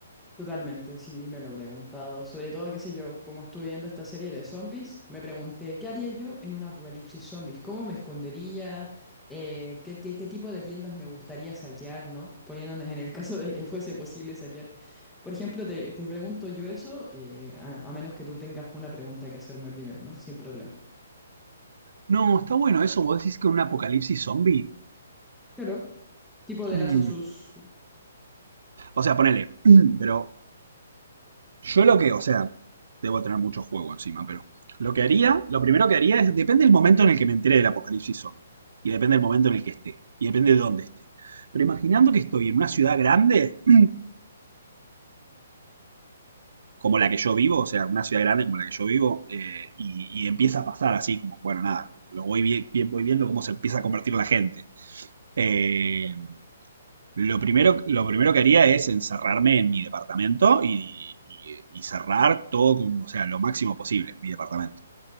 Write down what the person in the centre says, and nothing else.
Totalmente, sí, me lo he preguntado. Sobre todo, qué sé yo, como estuve viendo esta serie de zombies, me pregunté, ¿qué haría yo en un apocalipsis zombies? ¿Cómo me escondería? Eh, ¿qué, ti- qué tipo de tiendas me gustaría saquear, ¿no? Poniéndonos en el caso de que fuese posible saquear. Por ejemplo, te, te pregunto yo eso, eh, a, a menos que tú tengas una pregunta que hacerme primero, ¿no? Sin problema.
Claro, tipo de
lazos sus.